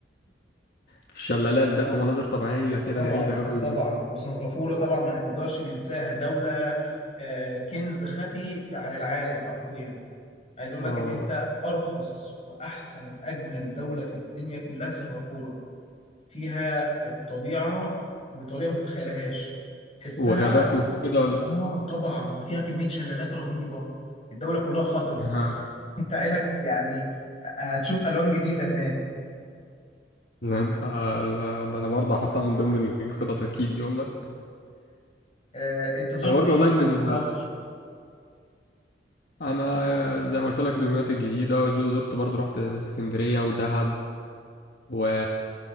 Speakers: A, on the left; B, on the left.
A: في شلالات بقى ومناظر طبيعية كده
B: آه طبعا
A: غريبة أوي
B: آه طبعا وسنغافورة طبعا ما نقدرش ننساها دولة آه، كنز خفي في عن العالم حرفيا عايز اقول
A: اه
B: لك ان
A: والله.
B: انت ارخص واحسن واجمل دولة في الدنيا كلها سنغافورة فيها الطبيعة بطريقة ما تتخيلهاش تحسها
A: وغابات وكده ولا
B: اه طبعا وفيها كمية شلالات رهيبة الدولة كلها خضراء
A: ها.
B: انت عينك يعني آه، هتشوف الوان جديدة هناك
A: لا ده لا، ده أنا برضه هحطها من ضمن الخطط أكيد دي والله
B: آه، انت زرت
A: أنا برضه
B: ايه
A: والله إن
B: اماكن
A: ال...
B: في مصر؟
A: أنا زي ما قلت لك دمياط الجديدة جو- زرت برضه رحت اسكندرية ودهب و